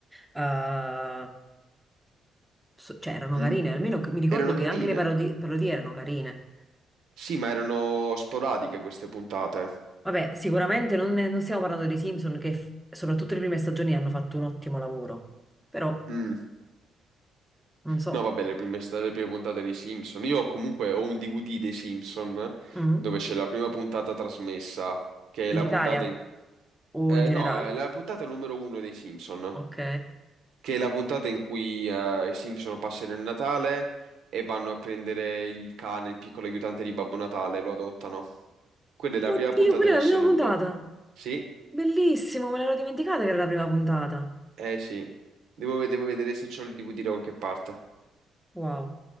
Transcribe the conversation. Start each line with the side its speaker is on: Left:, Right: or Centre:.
Centre: eh, so- cioè erano
Right: Mm.
Centre: carine, almeno che- mi ricordo
Right: Erano
Centre: che
Right: carine,
Centre: anche le parodi- parodie erano carine.
Right: sì, ma erano sporadiche queste puntate.
Centre: Vabbè, sicuramente non, ne- non stiamo parlando dei Simpson che f- soprattutto le prime stagioni hanno fatto un ottimo lavoro, però
Right: Mm.
Centre: non so,
Right: No, vabbè, le prime, sta- le prime puntate dei Simpson. Io comunque ho un DVD dei Simpson
Centre: mm,
Right: dove c'è la prima puntata trasmessa, che
Centre: in
Right: è la
Centre: Italia
Right: puntata in...
Centre: o
Right: eh,
Centre: in generale.
Right: no, è la puntata numero uno dei Simpson,
Centre: Ok.
Right: che è la puntata in cui eh, i Simpson passano il Natale e vanno a prendere il cane, il piccolo aiutante di Babbo Natale, lo adottano. Quella è la
Centre: Oddio,
Right: prima puntata
Centre: quella
Right: in
Centre: è
Right: assoluto.
Centre: la prima puntata.
Right: Sì,
Centre: Bellissimo, me l'ero dimenticata che era la prima puntata.
Right: eh sì. Devo, ve- devo vedere se c'ho il DVD da qualche parte.
Centre: Wow.